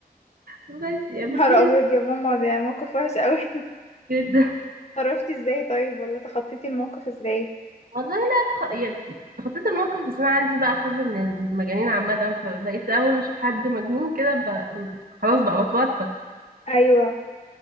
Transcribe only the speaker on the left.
يا نهار
ابيض يا ماما ده موقف وحش قوي <laughs>
اتصرفتي ازاي طيب ولا تخطيتي الموقف ازاي
ايوه